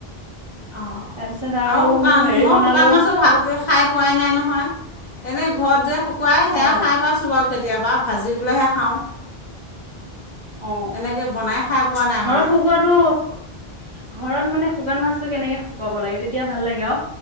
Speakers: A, on the left (about 45°); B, on the right (about 35°).
A: অঁ
B: তাৰপিছত
A: আৰু শুকান
B: হেৰি
A: মই
B: বনালো
A: শুকান মাছো ভালকৈ খাই পোৱাই নাই নহয় এনে ঘৰত যে শুকুৱাই
B: অ
A: সেয়া খাই পাইছোঁ বাৰু কেতিয়াবা ভাজিবলৈহে খাওঁ
B: অ
A: এনেকৈ বনাই খাই পোৱা নাই
B: ঘৰত
A: মানে
B: শুকুৱাটো ঘৰত মানে শুকান মাছতটো কেনেকে শুকুৱাব লাগে তেতিয়া ভাল লাগে অ